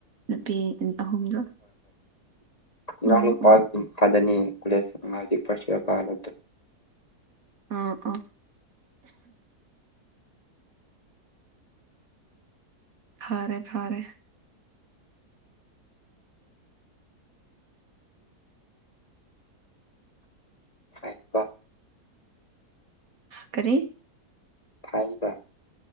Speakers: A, on the right (about 60°); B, on the left (about 25°).
A: ꯅꯨꯄꯤ ꯑꯍꯨꯝꯗꯣ ꯑꯣ
B: ꯅ ꯄ
A: ꯑꯣ
B: ꯐꯗꯅꯤ ꯀꯁ ꯃꯥꯖꯤ ꯐꯁꯤꯔ ꯀꯥꯂ
A: ꯑ ꯑꯥ ꯐꯔꯦ ꯐꯔꯦ
B: ꯇꯀꯣ
A: ꯀꯔꯤ
B: ꯐꯥꯏꯕ